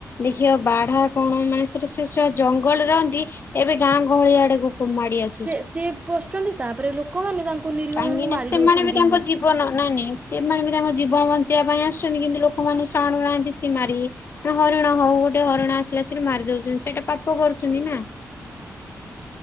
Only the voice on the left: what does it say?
ଦେଖିବା ବାଢା କଣ ମାନେ ସେଟ ସେ ସ ଜଙ୍ଗଲ ରହନ୍ତି। ଏବେ ଗାଁ ଗହଳି ଆଡେକୁ ପ ମାଡି ଆସୁ
କାହିଁକି
ନା ସେମାନେ
ବି ତାଙ୍କ ଜୀବନ ନାଇଁ ନାଇଁ ସେମାନେ ବି ତାଙ୍କ ଜୀବନ ବଞ୍ଚେଇବା ପାଇଁ ଆସୁଛନ୍ତି କିନ୍ତୁ ଲୋକମାନେ ଶାଣୁନାହାନ୍ତି ସି ମାରିକି ନା ହରିଣ ହଉ ଗୋଟେ ହରିଣ ଆସିଲା ସେ ମାରି ଦଉଛନ୍ତି ସେଇଟା ପାପ କରୁଛନ୍ତି ନା।